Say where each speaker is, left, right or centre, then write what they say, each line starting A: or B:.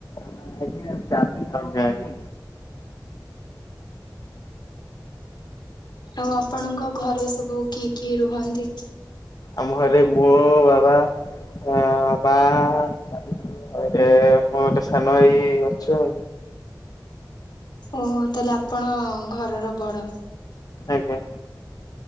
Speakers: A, on the left (about 55°); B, on the left (about 70°).
A: <unintelligible> ଆଜ୍ଞା ଆଜ୍ଞା।
B: ଆଉ ଆପଣଙ୍କ ଘରେ ସବୁ କିଏ କିଏ ରୁହନ୍ତି।
A: ଆମ ଘରେ ମୋ ବାବା ଏଁ ମା ଆଉ ଗୋଟେ ମୋ ଗୋଟେ ସାନ ଭାଇ ଅଛୁ ଆଉ।
B: ଓହୋ ତାହେଲେ ଆପଣ ଘରର ବଡ।
A: ଆଜ୍ଞା।